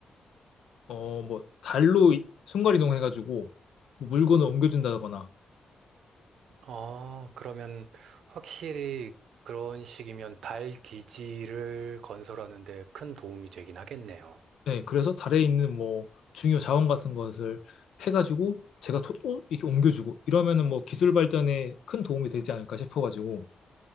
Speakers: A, on the left; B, on the right.
A: 어 뭐 달로 순간 이동해 가지고 물건을 옮겨준다거나
B: 아 그러면 확실히 그런 식이면 달 기지를 건설하는 데 큰 도움이 되긴 하겠네요.
A: 네, 그래서 달에 있는 뭐 중요 자원 같은 것을 해가지고 제가 토, 어? 이렇게 옮겨주고 이러면은 뭐 기술 발전에 큰 도움이 되지 않을까 싶어가지고